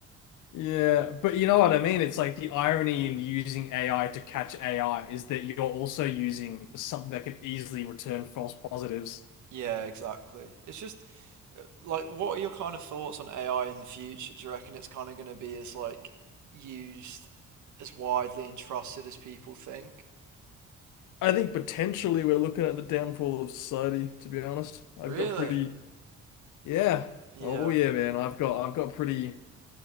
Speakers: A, on the left; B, on the right.
A: Yeah. But you know what I mean? It's like the irony in using AI to catch AI is that you're also using something that could easily return false positives.
B: Yeah, exactly. It's just uh, like, what are your kind of thoughts on AI in the future? Do you reckon it's kind of going to be as like used as widely and trusted as people think?
A: I think potentially we're looking at the downfall of society, to be honest. I've
B: Really?
A: got pretty, yeah.
B: Yeah,
A: Oh yeah, man. I've got I've got pretty